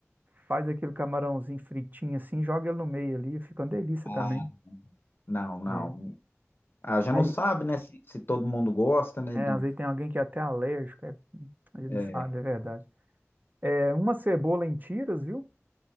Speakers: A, on the right; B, on the left.
A: Faz aquele camarãozinho fritinho assim, joga ele no meio ali, fica uma delícia
B: Ah,
A: também.
B: não, não.
A: né?
B: Ah, já
A: Aí,
B: não sabe, né? Se, se todo mundo gosta, né?
A: é,
B: Do...
A: às vezes tem alguém que é até alérgico, é, ele
B: É.
A: não sabe, é verdade. É uma cebola em tiras, viu?